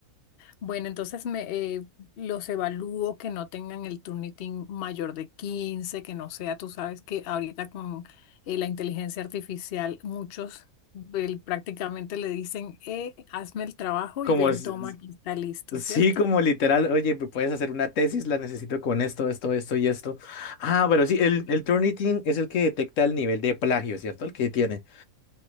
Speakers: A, on the left; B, on the left.
A: Bueno, entonces me, eh, los evalúo que no tengan el Turnitin mayor de quince que no sea, tú sabes que ahorita con eh, la inteligencia artificial muchos eh, prácticamente le dicen, eh, hazme el trabajo
B: Como,
A: y ven,
B: s-
A: toma, aquí está listo,
B: s- sí,
A: ¿cierto?
B: como literal, oye, me puedes hacer una tesis, la necesito con esto, esto, esto y esto. Ah, pero sí, el, el Turnitin es el que detecta el nivel de plagio, ¿cierto? El que tiene.